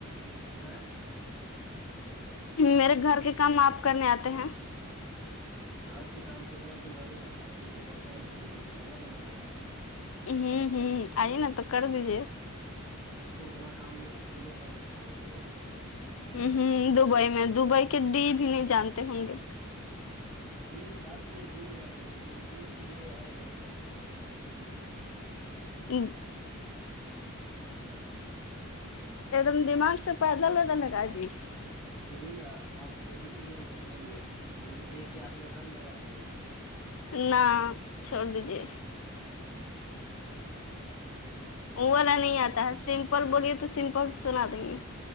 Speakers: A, in the centre; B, on the left (about 65°).
A: آاں
B: میرے گھر کے کام آپ کرنے آتے ہیں
A: گھر کے کام کتنا سن رہوے کرتا دو گو برتن اور تین گو کے کھانا بنانا ہے اور کیا
B: ہوں ہوں آئیے نا تو کر دیجیے
A: اتنا کام میں اکیلے کر لیتا ہوں دبئی میں
B: ہ دبئی میں دبئی کے ڈی بھی نہیں جانتے ہوں گے
A: ڈ بات تو یہ ڈی نہیں جانتے لیکن یو بی اے آئی جانتے ہیں
B: ہ ایک دم دماگ سے پیدل ہوتا ن کا جی
A: سنی نا آپ A B C D M کو سنائیے اے کے آگے رن لگا دیجیے گا
B: نہ چھوڑ دیجیے ا والا
A: اچھا
B: نہیں آتا ہے سمپل بولیے تو سمپل سنا دیں گے